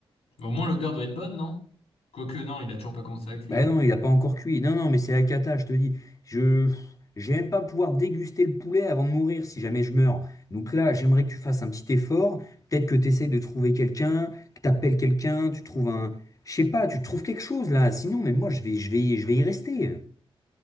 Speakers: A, on the left; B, on the left.
A: Au moins l'odeur doit être bonne, non? Quoique non, il a toujours pas commencé à cuire.
B: Bah non, il n'a pas encore cuit. Non, non, mais c'est la cata, je te dis. Je j'aime pas pouvoir déguster le poulet avant de mourir si jamais je meurs. Donc là, j'aimerais que tu fasses un petit effort. Peut-être que tu essaies de trouver quelqu'un, que tu appelles quelqu'un, tu trouves un... Je sais pas, tu trouves quelque chose là. Sinon, mais moi, je vais, je vais, je vais y rester.